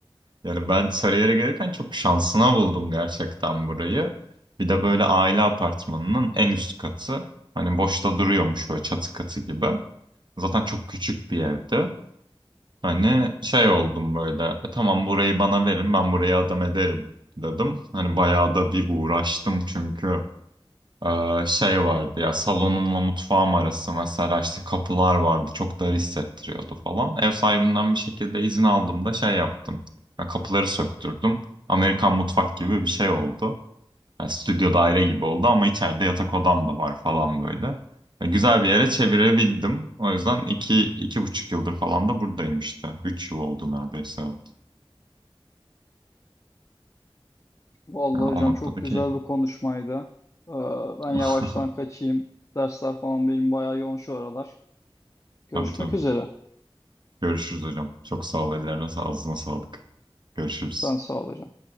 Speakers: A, on the right; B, on the left.
A: Yani ben Sarıyer'e gelirken çok şansına buldum gerçekten burayı. Bir de böyle aile apartmanının en üst katı. Hani boşta duruyormuş böyle çatı katı gibi. Zaten çok küçük bir evdi. Hani şey oldum böyle. "E tamam burayı bana verin ben burayı adam ederim dedim. Hani bayağı da bir uğraştım çünkü. Ee, şey vardı ya salonumla mutfağım arası mesela işte kapılar vardı çok dar hissettiriyordu falan. Ev sahibinden bir şekilde izin aldım da şey yaptım. Ya kapıları söktürdüm. Amerikan mutfak gibi bir şey oldu. Ya stüdyo daire gibi oldu ama içeride yatak odam da var falan böyle. Ya güzel bir yere çevirebildim. O yüzden iki, iki buçuk yıldır falan da buradayım işte. Üç yıl oldu neredeyse evet.
B: Vallahi
A: Ya o
B: hocam
A: noktada
B: çok güzel
A: keyifli.
B: bir konuşmaydı. Ee, ben yavaştan
A: <laughs>
B: kaçayım. Dersler falan benim bayağı yoğun şu aralar. Görüşmek
A: Tabii tabii.
B: üzere.
A: Görüşürüz hocam. Çok sağ ol. Ellerine sağ, ağzına sağlık. Görüşürüz.
B: Sen sağ ol hocam.